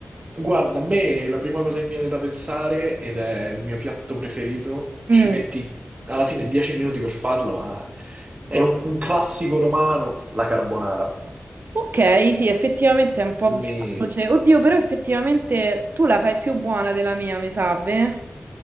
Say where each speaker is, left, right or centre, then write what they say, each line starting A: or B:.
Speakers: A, on the right (about 40°); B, on the right (about 65°).
A: Guarda, a me la prima cosa che mi viene da pensare, ed è il mio piatto preferito, ci
B: Mm.
A: metti alla fine 10 minuti per farlo, ma è un classico romano, la carbonara.
B: Ok, sì, effettivamente è un po'
A: Mi...
B: veloce. Oddio, però effettivamente tu la fai più buona della mia, mi sa, beh?